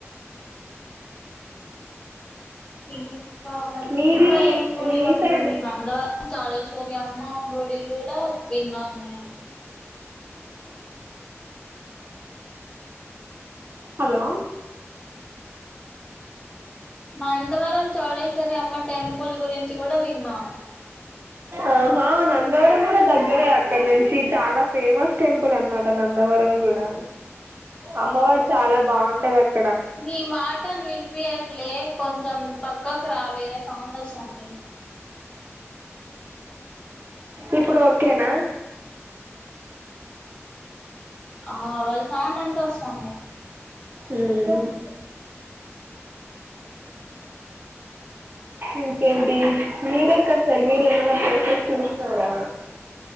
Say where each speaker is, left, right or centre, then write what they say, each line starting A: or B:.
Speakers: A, on the left; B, on the right.
A: ఇంకా
B: మీది
A: ఇంకా ఏం గుడి
B: మీ
A: ఉంటుంది
B: సైడ్
A: మంగళవారం చోల్సేవర్ అమ్మ గుడి కూడా ఏమా <inaudible>
B: హలో
A: నందవరం చౌడేశ్వరి అమ్మ టెంపుల్ గురించి కూడా విన్నాము
B: ఆహా నందవరం కూడా దగ్గరే అక్కడి నుంచి చాలా ఫేమస్ టెంపుల్ అనమాట నందవరం గూడా అమ్మవారు చాలా బాగుంటది అక్క
A: మీ మాటలు వినిపయట్లే కొంచెం పక్కకు రా వేరే సౌండ్ వస్తుంది
B: ఇప్పుడు ఓకే ఓకేనా
A: ఆ వాళ్ళ సౌండ్ అంత వస్తుంది
B: హ్మ్మ్ ఇంకేంటి మీరే క సార్ మీర ఏమన్నా ప్లేసెస్ చూసినారా?